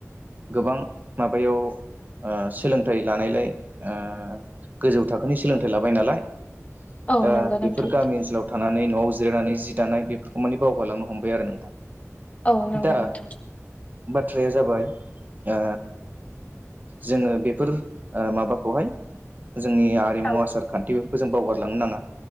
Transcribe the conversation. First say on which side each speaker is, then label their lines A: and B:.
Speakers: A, on the right; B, on the left.
A: गोबां माबायाव ओ सोलोंथाइ लानायलाय ओ गोजौ थाखोनि सोलोंथाइ लाबाय नालाय
B: औ
A: दा
B: नंगौ
A: बेफोर
B: नोंथां
A: गामि ओनसोलाव था थानानै नआव जिरायनानै जि दानाय बेफोरखौ माने बावगारलांनो हमबाय आरो नोंथां।
B: औ नोंगो
A: दा
B: नोंथां।
A: बाथ्राया जाबाय ओ जोङो बेफोर ओ माबाखौहाय जोंनि आरिमु
B: औ
A: आसार खानथि जों बावगारलांनो नाङा।